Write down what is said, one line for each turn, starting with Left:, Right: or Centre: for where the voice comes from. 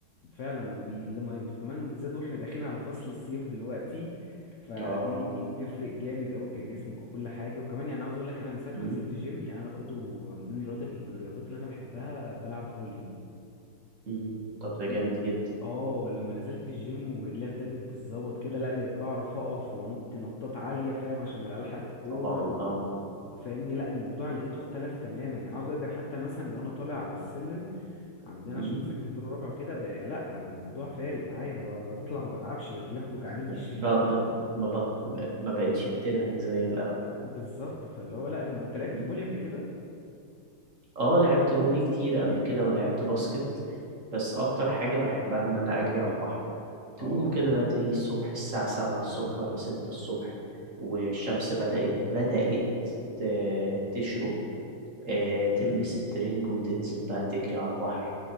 Left: فعلا وبي... لما يبقى- كمان وبالذات واحنا داخلين على فصل الصيف دلوقتي فدي
Right: اه
Left: دي بتفرق جامد قوي كجسمك وكل حاجه وكمان يعني عاوز اقول لك انا من ساعه ما
Right: مم.
Left: نزلت جيم يعني انا برضو من ضمن الرياضات الرياضات اللي انا بحبها بلعب فولي
Right: مم. طب ده جامد
Left: م-
Right: جدا
Left: اه لما نزلت الجيم ورجليا ابتدت تتظبط كده لا بقيت بعرف اقف وانط نطات عاليه فاهم عشان الحق الكوره
Right: طبعا
Left: و...
Right: اه
Left: فاهمني لا الموضوع لقيته اختلف تماما يعني عاوز اقول لك ده أنا حتى مثلا وانا طالع على السلم عندنا
Right: مم.
Left: عشان ساكن في الدور الرابع وكده بقى لا الموضوع فارق معايا انا ب- بطلع ما بتعبش رجلي ما بتوجعنيش
Right: ب... ب... ما بط... ما بقتش بتنهج زي الأول
Left: <laughs> بالظبط فاللي هو لا الم... انت لعبت
Right: مم.
Left: فولي قبل كده
Right: اه لعبت فولي كتير قبل كده ولعبت باسكت بس أكتر حاجة بحبها إن أنا أجري على البحر تقوم
Left: اه
Right: كده بدري الصبح الساعة
Left: جميله
Right: سبعة الصبح
Left: دي
Right: ولا ستة الصبح والشمس بدأت بدأت ت- تشرق آه،
Left: جميله فعلا
Right: تلبس الترنج وتنزل بقى تجري على البحر